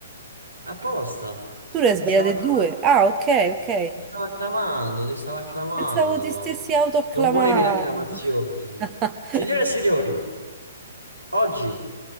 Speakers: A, on the right (about 80°); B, on the right (about 20°).
A: Apposta.
B: Tu ne
A: Eh,
B: hai
A: ti
B: sbagliate
A: stavo acclamando.
B: due. Ah, ok, ok.
A: Ti stavo acclamando, ti stavo acclamando.
B: Pensavo ti stessi autoacclamando.
A: Non volevi le acclamazioni.
B: <laughs>
A: Signore e signori, oggi,